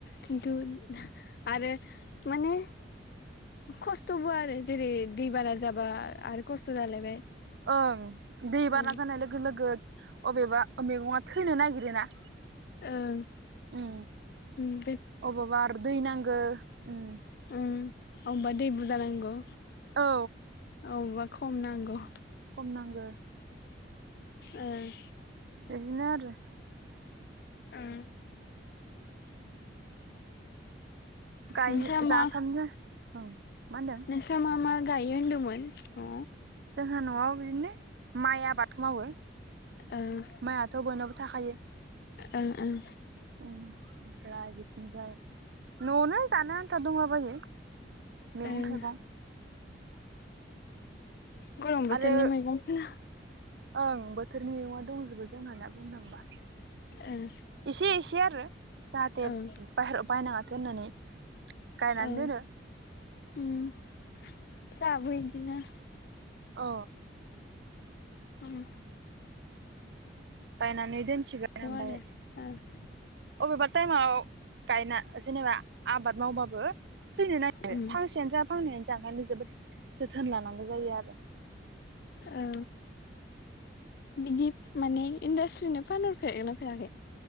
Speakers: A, on the left (about 55°); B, on the right (about 70°).
A: खिन्थु आरो माने खस्थ'बो आरो जेरै दै बाना जाबा आरो खस्थ' जालायबाय।
B: ओं दै
A: ओं
B: बाना जानाय लोगो लोगो। अबेबा मैगङा थैनो नागिरोना।
A: ओं
B: उम
A: उम <inaudible>
B: अबावबा आरो दै नांगो उम
A: उम अबा दै बुजाानांगौ।
B: औ
A: औ। खम नांगौ।
B: खम नांगौ।
A: ओं।
B: इदिनो आरो।
A: ओं
B: गायनो
A: नोंस्रा
B: जासामनो
A: मा
B: औ मा होनदों।
A: नोंस्रा मा मा गायो होनदोंमोन अ।
B: जोंहा न'आव बेदिनो। माइ आबाद मावो।
A: ओं।
B: माइआथ' बयनावबो थाखायो।
A: ओं ओं।
B: ओमफ्राय बिथिंजाय न'आवनो जानो आन्था दंलाबायो। <inaudible> मैगं
A: ओं
B: थाइगं।
A: गरम बोथोरनि
B: आरो
A: मैगंफोर
B: ओं बोथोरनि मैगङा दंजोबो जोंहाना। बुंनो थांबा
A: ओं
B: एसे एसे आरो जाहाथे
A: ओं
B: बाहेरायाव बायनाङाथों होननानै गायनानै
A: ओं
B: दोनो।
A: उम जोंहाबो बिदिनो।
B: अ
A: उम।
B: <inaudible> सिगोन ओमफ्राय
A: आरो ओ
B: अबेबा टाइमाव गायना जेनेबा आबाद मावबाबो थैनो नागेरो
A: उम
B: फांसेआनो जा <inaudible> जोबोद जोथोन लानांगौ जायो आरो।
A: औ बिदि माने इन्डास्ट्रिनो फानहरफेरगोन फेराखै।